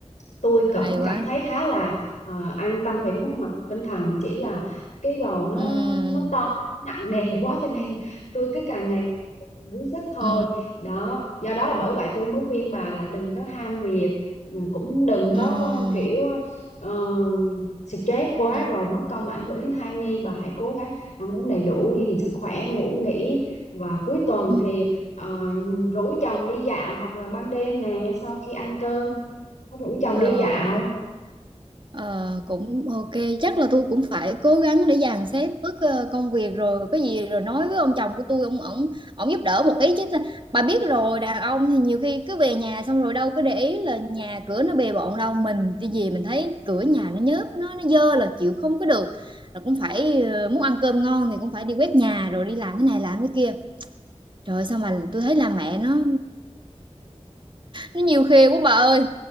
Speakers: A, on the left (about 80°); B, on the right (about 45°).
A: tôi cũng
B: hay quá
A: cảm thấy khá là ờ, an tâm về cái mặt tinh thần chỉ là cái bầu nó
B: ừ.
A: nó to nặng nề quá cho nên tôi cứ càng ngày càng đuối sức thôi
B: Ừ.
A: đó do đó là bởi vậy tôi mới khuyên bà là đừng có ham việc ừ, cũng đừng có
B: Ừ.
A: kiểu ờ, stress quá
B: Ừ.
A: rồi mất công là ảnh hưởng đến thai nhi bà hãy cố gắng ăn uống đầy đủ giữ gìn sức khỏe ngủ nghỉ và cuối tuần
B: Ừ. Ừ.
A: thì ờ, rủ chồng đi dạo hoặc là ban đêm nè sau khi ăn cơm có rủ chồng
B: Ờ,
A: đi dạo
B: Ờ, cũng ok chắc là tôi cũng phải cố gắng để dàn xếp bớt ờ, công việc rồi cái gì rồi nói với ông chồng của tôi ông ổng ổng giúp đỡ một ý chứ ta- bà biết rồi đàn ông thì nhiều khi cứ về nhà xong rồi đâu có để ý là nhà cửa nó bề bộn đâu mình cái gì mình thấy cửa nhà nó nhớp nó nó dơ là chịu không có được là cũng phải ờ, muốn ăn cơm ngon thì cũng phải đi quét nhà rồi đi làm thế này làm thế kia trời ơi, sao mà tôi thấy là mẹ nó nó nhiều khê quá bà ơi